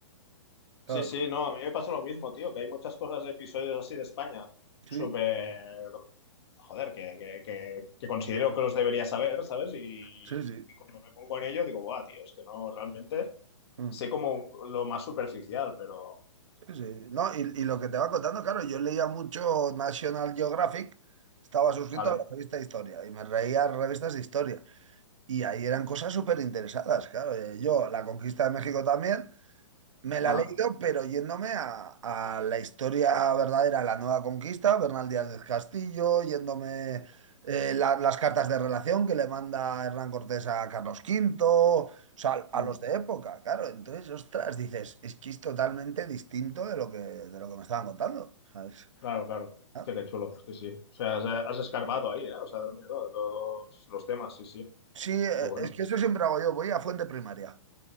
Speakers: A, on the right; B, on the left.
A: Claro,
B: Sí, sí, no, a mí me pasa lo mismo, tío, que hay muchas cosas de episodios así de España,
A: sí,
B: súper, joder, que, que, que- que considero que los debería saber, ¿sabes? Y,
A: sí, sí.
B: y cuando me pongo en ello digo, guau, tío, es que no, realmente
A: mm,
B: sé como lo más superficial, pero,
A: sí, sí. No, y, y lo que te va contando, claro, yo leía mucho National Geographic, estaba suscrito
B: ¿vale?
A: a la revista de historia, y me reía revistas de historia. Y ahí eran cosas súper interesadas, claro. eh, Yo, la conquista de México también. Me la
B: Ajá,
A: he leído, pero yéndome a, a la historia verdadera, la nueva conquista, Bernal Díaz del Castillo, yéndome eh, la- las cartas de relación que le manda Hernán Cortés a Carlos Quinto, o sea, a
B: ajá.
A: los de época, claro. Entonces, ostras, dices, es que es totalmente distinto de lo que, de lo que me estaban contando, ¿sabes?
B: Claro, claro.
A: Ah,
B: Hostia, qué chulo, sí, sí. O sea, has, has escarbado ahí, ¿eh? O sea, de unido los, los temas, sí, sí.
A: Sí, eh,
B: Qué bueno.
A: es que eso siempre hago yo, voy a fuente primaria,